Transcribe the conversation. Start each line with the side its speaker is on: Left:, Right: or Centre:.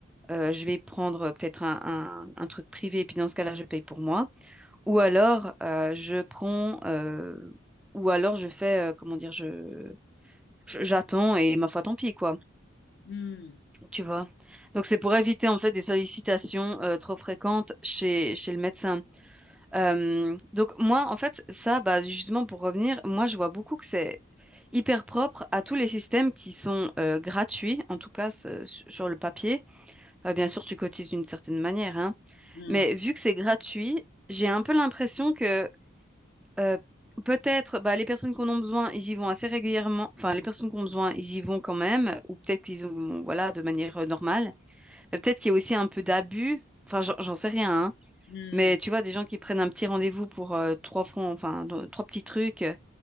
Centre: euh, je vais prendre euh, peut-être un, un, un truc privé, et puis dans ce cas-là, je paye pour moi. Ou alors, euh, je prends, euh, ou alors je fais, euh, comment dire, je, je- j'attends et ma foi, tant pis, quoi.
Left: Hmm,
Centre: Tu vois. Donc c'est pour éviter en fait des sollicitations euh, trop fréquentes chez, chez le médecin. Euh, donc moi en fait ça bah justement pour revenir, moi je vois beaucoup que c'est hyper propre à tous les systèmes qui sont euh, gratuits en tout cas ce- sur sur le papier. Euh, bien sûr tu cotises d'une certaine manière hein,
Left: hmm,
Centre: mais vu que c'est gratuit, j'ai un peu l'impression que euh, Peut-être, bah, les personnes qu'on a besoin, ils y vont assez régulièrement. Enfin, les personnes qu'on a besoin, ils y vont quand même, ou peut-être qu'ils ont, bon, voilà, de manière euh, normale. Euh, Peut-être qu'il y a aussi un peu d'abus. Enfin, j'en j'en sais rien, hein.
Left: hmm,
Centre: Mais tu vois, des gens qui prennent un petit rendez-vous pour euh, trois francs, enfin, do- trois petits trucs euh,